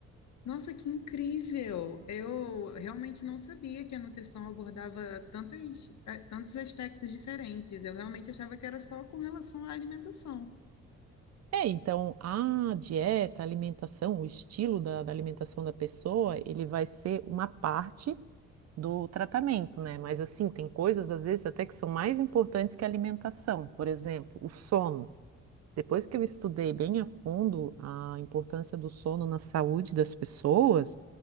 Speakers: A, on the left; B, on the right.
A: Nossa, que incrível! Eu realmente não sabia que a nutrição abordava tantas, eh, tantos aspectos diferentes. Eu realmente achava que era só com relação à alimentação.
B: É, então a dieta, a alimentação, o estilo da, da alimentação da pessoa, ele vai ser uma parte do tratamento, né? Mas assim, tem coisas às vezes até que são mais importantes que a alimentação. Por exemplo, o sono. Depois que eu estudei bem a fundo a importância do sono na saúde das pessoas,